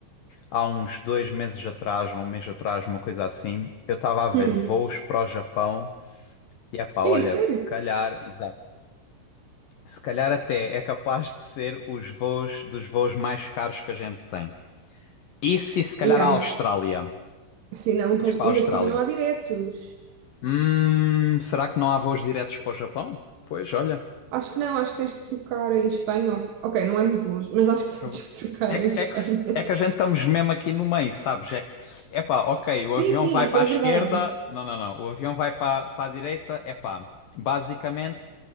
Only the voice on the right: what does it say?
Hum.
É sério?
Yeah.
Se não,
pois-
ainda
por cima não há diretos.
Acho que não, acho que tens que trocar em Espanha. ou se- Ok, não é muito longe, mas acho que
<laughs> tens que trocar
em Espanha.
Sim,
sim,
isso
é
verdade.